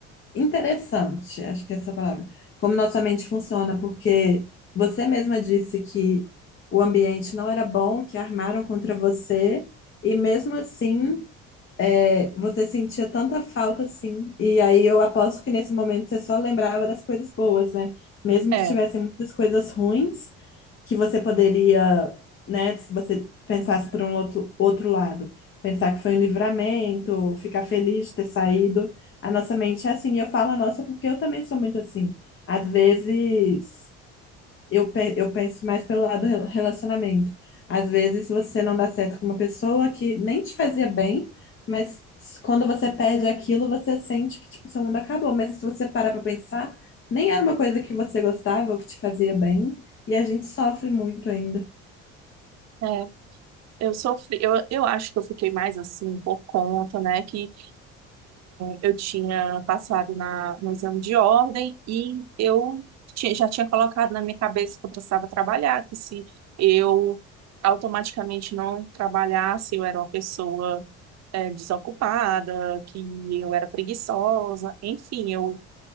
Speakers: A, on the left; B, on the right.
A: interessante, acho que é essa a palavra. Como nossa mente funciona, porque você mesma disse que o ambiente não era bom, que armaram contra você, e mesmo assim é, você sentia tanta falta assim. E aí eu aposto que nesse momento você só lembrava das coisas boas, né? Mesmo
B: É,
A: que tivessem muitas coisas ruins, que você poderia, né, se você pensasse por um outro, outro lado, pensar que foi um livramento, ficar feliz de ter saído. A nossa mente é assim. E eu falo a nossa porque eu também sou muito assim. Às vezes. Eu, pe- eu penso mais pelo lado rel- relacionamento. Às vezes você não dá certo com uma pessoa que nem te fazia bem, mas quando você perde aquilo, você sente que tipo, seu mundo acabou. Mas se você parar pra pensar, nem era uma coisa que você gostava ou que te fazia bem, e a gente sofre muito ainda.
B: é, eu sofri, eu, eu acho que eu fiquei mais assim por conta, né, que eu tinha passado na, no exame de ordem e eu tinha- já tinha colocado na minha cabeça que eu precisava trabalhar, que se eu automaticamente não trabalhasse, eu era uma pessoa é, desocupada, que eu era preguiçosa, enfim, eu,